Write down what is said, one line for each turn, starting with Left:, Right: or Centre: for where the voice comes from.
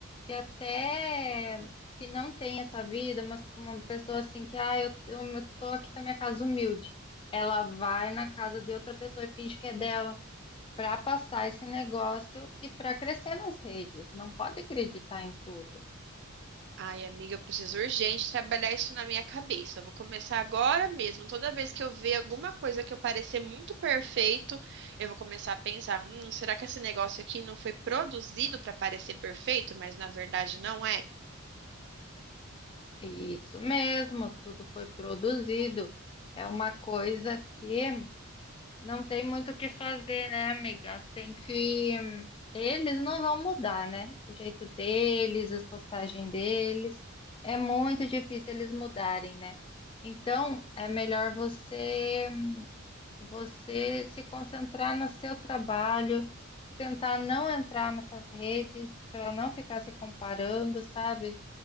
Left: que até que não têm essa vida, mas uma pessoa assim que, ah, eu, eu tô aqui com a minha casa humilde. Ela vai na casa de outra pessoa e finge que é dela para passar esse negócio e para crescer nas redes. Não pode acreditar em tudo.
Right: Ai, amiga, eu preciso urgente trabalhar isso na minha cabeça. Eu vou começar agora mesmo. Toda vez que eu ver alguma coisa que eu parecer muito perfeito, eu vou começar a pensar: hum, será que esse negócio aqui não foi produzido para parecer perfeito, mas na verdade não é?
Left: É Isso mesmo, tudo foi produzido. É uma coisa que não tem muito o que fazer, né, amiga? Tem que. Eles não vão mudar, né? O jeito deles, as postagens deles. É muito difícil eles mudarem, né? Então, é melhor você você se concentrar no seu trabalho, tentar não entrar nessas redes para não ficar se comparando, sabe?